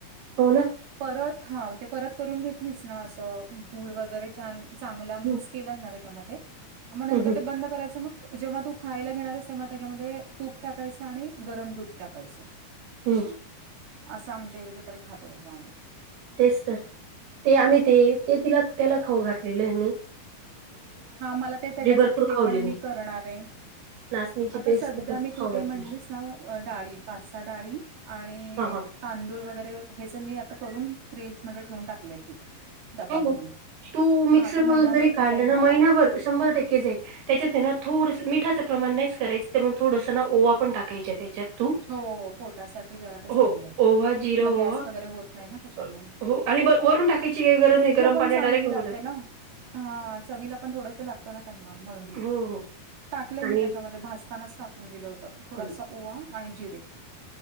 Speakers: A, on the right; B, on the right.
A: हो ना
B: परत हा ते परत करून घेतलीच ना असं गुळ वगैरे. छ चांगला
A: हम्म
B: मिक्स केला ना त्याच्यामध्ये मग नंतर
A: हम्म
B: ते बंद करायच मग. जेव्हा तू खायला घेणारस तेव्हा त्याच्यामध्ये तूप टाकायचं आणि गरम दूध टाकायचं.
A: हम्
B: असं आमच्या इथ तरी खात होत आम्ही.
A: तेच तर ते आम्ही ते ते तिला त्याला खाऊ घातलेलं आहे म्ही
B: हा मला ते त्याच्यासाठी
A: भरपूर
B: ते
A: खावली
B: पण मी करणार आहे
A: नाचणीची
B: आता
A: पेस्ट
B: सध्या
A: भरपूर
B: मी तू
A: खाऊ
B: ते
A: घातली
B: म्हणलीस ना डाळी पाचसा डाळी आणि.
A: हा हा
B: तांदूळ वगैरे हेच मी आता करून फ्रीजमध्येध्ये ठेवून टाकलेय पीठ. डबा
A: हो मग
B: भरून
A: तू मिक्सर
B: हां ते
A: मधून
B: महिनाभर
A: जरी काढलं
B: ते जाईल
A: ना
B: मला
A: महिनाभर शंभर टक्के जाई. त्याच्यातना थोडस मिठाचं प्रमाण नाहीच करायचं त्या थोडसं ना ओवा पण टाकायच्या त्याच्यात. तू.
B: हो हो पोटासाठी जरा ते
A: हो.
B: चांगलं
A: ओवा, जिरा
B: मग
A: ओवा
B: गॅस वगैरे होत नाही ना त्याच्याना.
A: अ, हो आणि वरून टाकायची काही गरज नाही गरम
B: पण
A: पाण्या
B: चांगली
A: डायरेक्ट बनवून
B: लागते ना. हा चवीला पण थोडस लागतो ना त्यांना म्हणून
A: हो, हो.
B: टाकलंय
A: आणि
B: मी त्याच्या भासतानाच टाकून दिलं होत थोडसा
A: हं.
B: ओवा आणि जिरे